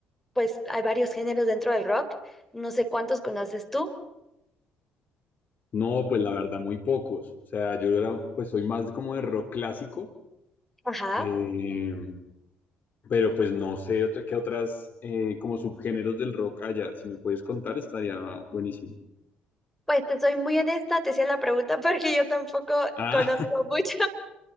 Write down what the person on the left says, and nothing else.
No, pues la verdad, muy pocos. O sea, yo era, pues soy más como de rock clásico,
eh, pero pues no sé otra, qué otras eh, como subgéneros del rock haya. Si me puedes contar, estaría buenísimo.
Ah,